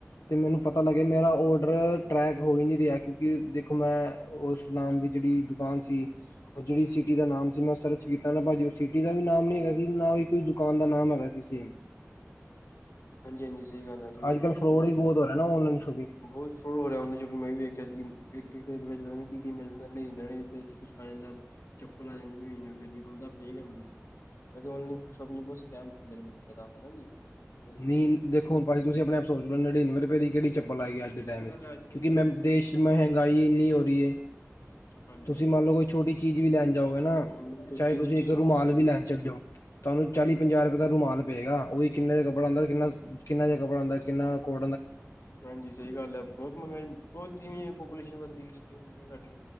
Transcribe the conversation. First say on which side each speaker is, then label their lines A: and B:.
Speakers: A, on the left; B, on the left.
A: ਤੇ ਮੈਨੂੰ ਪਤਾ ਲੱਗਿਆ ਮੇਰਾ ਓਡਰ ਟਰੈਕ ਹੋ ਹੀ ਨੀ ਰਿਆ, ਕਿਉਂਕਿ ਦੇਖੋ ਮੈਂ ਓਸ ਨਾਮ ਦੀ ਜੇੜੀ ਡੁ ਕਾਨ ਸੀ ਔ ਜੇੜੀ ਸਿਟੀ ਦਾ ਨਾਮ ਸੀ ਮੈਂ ਸਰਚ ਕੀਤਾ ਨਾ ਭਾਜੀ ਔ ਸਿਟੀ ਦਾ ਵੀ ਨਾਮ ਨੀ ਹੈਗਾ ਸੀ ਨਾ ਹੀ ਕੋਈ ਦੁ ਦੁਕਾਨ ਦਾ ਨਾਮ ਹੈਗਾ ਸੀ ਸੇਮ
B: ਹਾਂਜੀ ਸਹੀ ਗੱਲ ਹੈ
A: ਅੱਜ-ਕਲ ਫਰੋਡ ਈ ਬੌਤ ਹੋ ਰੇ ਹੈਨਾ ਔਨਲਾਈਨ ਸੋ਼
B: ਬੌਤ ਫਰੋ ਹੋ ਰਿਆ ਉਨੇ ਚੋਂ ਵੀ ਮੈਂ ਵੀ ਵੇਖਿਆ ਸੀ ਵੇਖ ਕੇ ਵੇਚ ਪਤਾ ਕੀ ਕੀ ਮਿਲਂਦੈ ਨੀਨੜੇ ਫੇਰ ਚ ਕੁਛ ਆ ਜਾਂਦੈ, ਚੱਪਲ ਆ ਜਾਂਦੀ ਨਨੀਵੇ ਪੇਦੀ ਹੁੰਦਾ ਫੇਕ ਐ, ਬਿਲਕੁ ਐਦੇ ਵਲਣੇ ਬੌ ਸਕੈਮ ਹੁੰਦੇ ਨੇ ਬੌਤ ਜੈਦਾ, ਹੈਨਾਜੀ।
A: ਨੀ ਦੇਖੋ ਹੁਣ ਪਾਜੀ ਤੁਸੀਂ ਅਪਣੇਂ ਆਪ ਸੋਚ ਲੋ ਨੜਿਨਵੇਂ ਰਪੇ ਦੀ ਕੇੜੀ ਚੱਪਲ
B: ਹਾਂਜੀ-ਹਾਂਜੀ
A: ਆਏ ਗੀ ਅੱਜ ਦੇ ਟੈਮ
B: ਸਹੀ ਗੱਲ
A: ਚ?
B: ਹੈ
A: ਕਿਉਂਕਿ, ਮੈਂ ਦੇਸ਼ ਚ ਮਹਿੰਗਾਈ ਇਨੀ ਹੋ ਰੀ ਏ‌।
B: ਹਾਂਜੀ
A: ਤੁਸੀਂ ਮੰਨ ਲੋ ਕੋਈ ਛੋਟੀ ਚੀਜ਼ ਵੀ ਲੈਣ ਜਾਓਗੇ ਨਾ,
B: ਹੁਣ
A: ਚਾਹੇ
B: ਤਿੰਨ
A: ਤੁਸੀਂ
B: ਸੌ
A: ਇੱਕ
B: ਚਾਰ
A: ਰੁਮਾਲ
B: ਸੌ
A: ਵੀ ਲੈਣ ਚਲੇ ਜੋ ਤੁਵਾਨੂੰ ਚਾਲੀ ਪੰਜਾਹ ਰੁਪਏ ਦਾ ਰੂਮਾਲ ਪਏਗਾ, ਓਹੀ ਕਿੰਨੇ ਦਾ ਕੱਪੜ ਆੰਦੈ ਕਿੰਨਾ ਕਿੰਨਾ ਜਾ ਕਪੜਾ ਆੰਦਾ ਕਿੰਨਾ ਕੋ
B: ਹਾਂਜੀ, ਸਹੀ ਗੱਲ ਐ, ਬੋਤ ਮਹਿੰਗਾਈ ਬੋਤ ਜਿਵੇਂ ਪੋਪੂਲੇਸ਼ਨ ਵੱਧਧੀ ਗਈ ਜਿਵੇਂ ਸਾਡੀ